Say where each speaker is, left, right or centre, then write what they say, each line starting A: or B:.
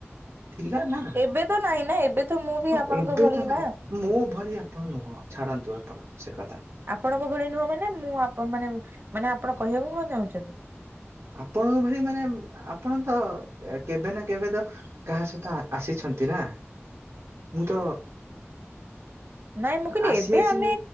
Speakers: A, on the right; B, on the right.
A: ଥିଲା ନା
B: ଏବେ ତ ନାଇଁ ନା ଏବେ ତ ମୁଁ ବି
A: ହଁ
B: ଆପଣଙ୍କ
A: ଏବେ
B: ଭଳି
A: ତ ନାଇଁ
B: ନା
A: ମୋ ଭଳି ଆପଣ ନୁହଁ ଛାଡନ୍ ନ୍ତୁ ଆପଣ ସେ କଥା
B: ଆପଣଙ୍କ ଭଳି ନୁହଁ ମାନେ ମୁଁ ଆପ ମାନେ ମାନେ ଆପଣ କହିବାକୁ କଣ ଚାହୁଁଛନ୍ତି?
A: ଆପଣଙ୍କ ଭଳି ମାନେ ଆପଣ ତ କେବେ ନା କେବେ ତ କାହା ସହିତ ଆସିଛ ଛନ୍ତି ନା ମୁଁ ତ
B: ନାଇଁ ମୁଁ କହିଲି
A: ଆସିଅଛି
B: ଏବେ ଆମେ